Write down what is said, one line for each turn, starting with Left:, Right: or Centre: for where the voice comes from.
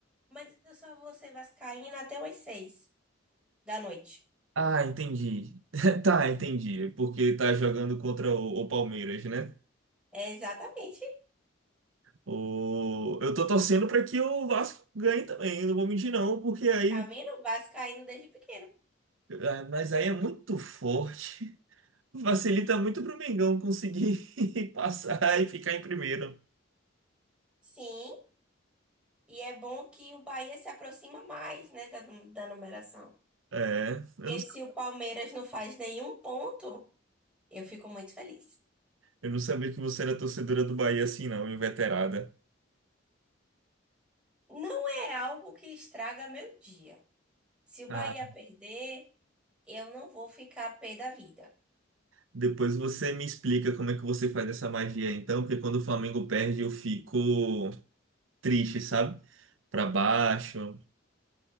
Centre: Mas eu só vou ser vascaína até umas seis da noite.
Right: Ah, entendi. <laughs> Tá, entendi. Porque tá jogando contra o, o Palmeiras, né?
Centre: É exatamente.
Right: O... Eu tô torcendo pra que o Vasco ganhe também. Não vou mentir, não, porque aí.
Centre: Tá vendo? Vascaíno desde pequeno.
Right: ah, Mas aí é muito forte. <laughs> Facilita muito pro Mengão conseguir <laughs> passar e ficar em primeiro.
Centre: Sim, e é bom que o Bahia se aproxima mais, né, da, da numeração.
Right: É. Eu
Centre: Porque
Right: não
Centre: se o Palmeiras não faz nenhum ponto, eu fico muito feliz.
Right: Eu não sabia que você era torcedora do Bahia assim, não, inveterada.
Centre: Não é algo que estraga meu dia. Se o Bahia
Right: Ah,
Centre: perder, eu não vou ficar pé da vida.
Right: Depois você me explica como é que você faz essa magia, então, porque quando o Flamengo perde eu fico triste, sabe? Pra baixo.